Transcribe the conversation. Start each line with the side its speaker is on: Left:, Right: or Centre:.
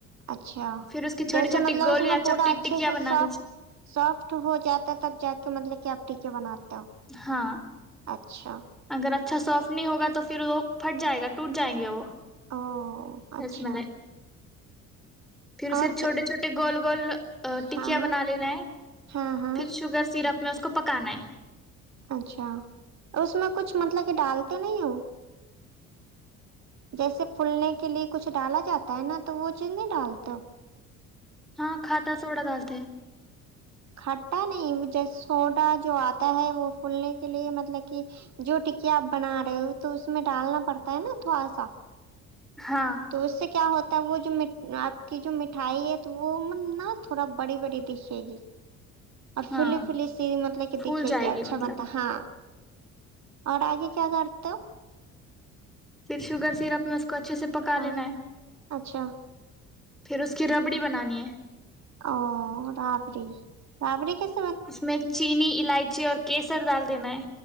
Right: اچھا
Centre: پھر اس کی چھوٹی
Right: جیسے
Centre: چھوٹی
Right: مطلب
Centre: گول
Right: اس
Centre: یا
Right: میں پورا
Centre: چپٹی
Right: اچھے
Centre: ٹکیا
Right: سے
Centre: بنا
Right: سافٹ
Centre: لیجیے
Right: سافٹ ہو جاتا ہے تب جا کے مطلب کیا ٹھ کے بنات <unintelligible>
Centre: ہاں
Right: اچھا
Centre: اگر اچھا سافٹ نہیں ہوگا تو پھر وہ پھٹ جائے گا ٹوٹ جائیں گے وہ
Right: او اچھا
Centre: رس ملائی پھر اسے
Right: اور
Centre: چھوٹے
Right: کہ
Centre: چھوٹے گول گول ٹکیا
Right: ہاں
Centre: بنا لینا ہے
Right: ہاں ہاں
Centre: پھر شوگر سیرپ میں اس کو پکانا ہے
Right: اچھا اس میں کچھ مطلب کہ ڈالتے نہیں ہو جیسے پولنے کے لیے کچھ ڈالا جاتا ہے نا تو وہ چیز نہیں ڈالتے ہو
Centre: ہاں کھاتاتہ سوڑا ڈالتے
Right: کھٹا نہیں ج سوڈا جو آتا ہے وہ پھولنے کے لیے مطلب کہ جو ٹکیا آپ بنا رہے ہو تو اس میں ڈالنا پڑتا ہے نا تھوڑا سا
Centre: ہاں
Right: تو اس سے کیا ہوتا وہ جو آپ کی جو مٹھائی ہے وہ نا تھوڑا بڑی بڑی دکھے گی اور
Centre: ہاں
Right: فلی فلی س مطلب کہ
Centre: پھول
Right: دیکھیے
Centre: جائے
Right: کہ اچھا
Centre: گی مطلب
Right: بنتا ہے ہاں اور آگے کیا کرتا
Centre: پھر شوگر سیرپ اپ ن کو اچھے سے پکا
Right: ہاں
Centre: لینا ہے
Right: اچھا
Centre: پھر اس کی ربڑی بنانی ہے
Right: او رابڑی رابڑی کیس
Centre: اس میں چینی الائ چی اور کیسر ڈال دینا ہے